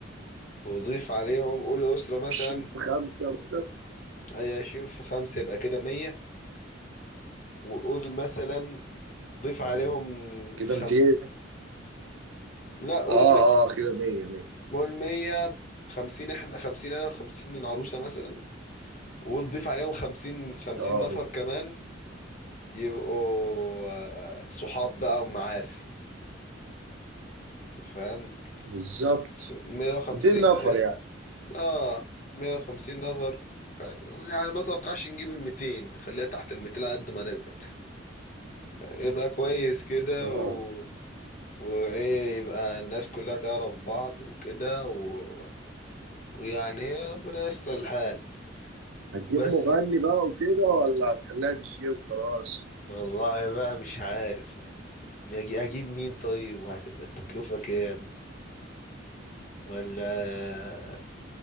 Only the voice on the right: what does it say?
20 في 5
مثلا
كده
200
اه
اه كده 100 100
اه
بالظبط
200 نفر
يعني
اه
هتجيب
مغني بقى وكده ولا هتخليها دي جي وخلاص